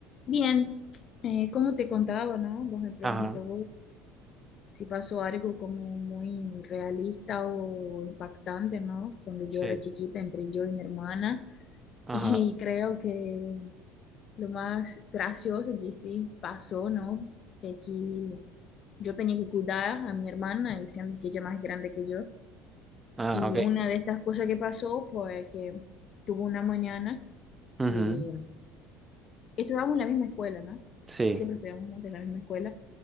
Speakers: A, on the left; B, on the right.
A: Bien, eh, como te contaba, ¿no? Vos me preguntó
B: Ajá,
A: si pasó algo como muy realista o impactante, ¿no? Cuando yo
B: sí,
A: era chiquita entre yo y mi hermana. <laughs>
B: ajá,
A: Y creo que lo más gracioso que sí pasó, ¿no? Es que yo tenía que cuidar a mi hermana, y siendo que ella es más grande que yo.
B: ah,
A: Y
B: ok.
A: una de estas cosas que pasó fue que tuvo una mañana
B: Ujú,
A: que Estudiábamos en la misma escuela, ¿no?
B: Sí,
A: Siempre estudiamos juntos en la misma escuela